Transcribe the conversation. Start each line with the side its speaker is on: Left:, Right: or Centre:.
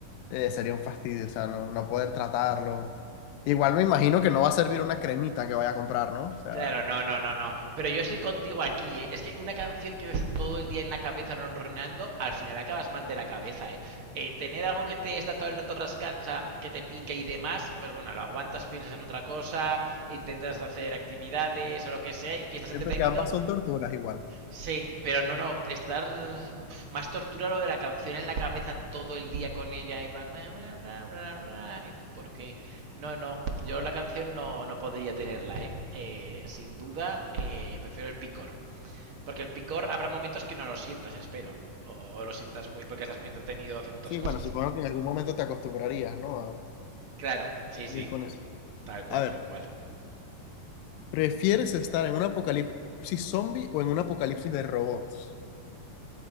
Left: eh, sería un fastidio. O sea, no, no poder tratarlo. Igual me imagino que no va a servir una cremita que vaya a comprar, ¿no? O sea,
Right: Claro, no, no, no, no. Pero yo estoy contigo aquí, ¿eh? Es que una canción que ves todo el día en la cabeza ronroneando, al final acabas mal de la cabeza, ¿eh? Eh, tener algo que te está todo el rato rascando, o sea, que te pique y demás, pues bueno, lo aguantas, piensas en otra cosa, intentas hacer actividades o lo que sea, y estás entretenido,
Left: siento que ambas son torturas igual.
Right: Sí, pero no, no, estar más tortura lo de la canción en la cabeza todo el día con ella y, pa- bla, bla, bla, bla, bla, y tú por qué. No, no, yo la canción no, no podría tenerla, ¿eh? Eh, sin duda, eh, prefiero el picor. Porque el picor habrá momentos que no lo sientas, espero. O, o lo sientas muy porque estás muy entretenido haciendo otras
Left: Sí,
Right: cosas.
Left: bueno, supongo que en algún momento te acostumbrarías, ¿no? A
Right: Claro, sí,
Left: vivir
Right: sí,
Left: con eso.
Right: tal cual,
Left: A ver,
Right: tal cual.
Left: ¿prefieres estar en un apocalipsis zombie o en un apocalipsis de robots?